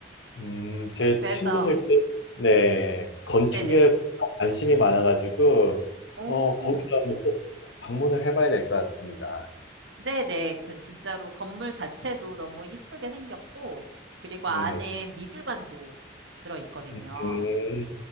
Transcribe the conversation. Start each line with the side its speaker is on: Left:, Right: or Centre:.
Left: 음, 제
Right: 그래서,
Left: 친구들이, 네, 건축에
Right: 네네.
Left: 관심이 많아가지고,
Right: 오,
Left: 어, 거기도 한번 꼭 방문을 해봐야 될 것 같습니다.
Right: 네네. 그 진짜로 건물 자체도 너무 이쁘게 생겼고, 그리고
Left: 네,
Right: 안에 미술관도 들어있거든요.
Left: 음,